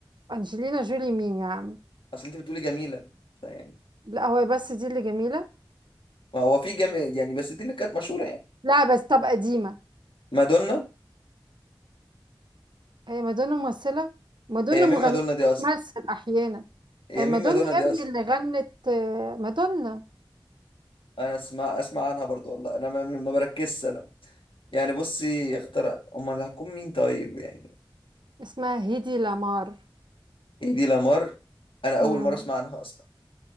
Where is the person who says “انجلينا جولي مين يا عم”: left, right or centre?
Right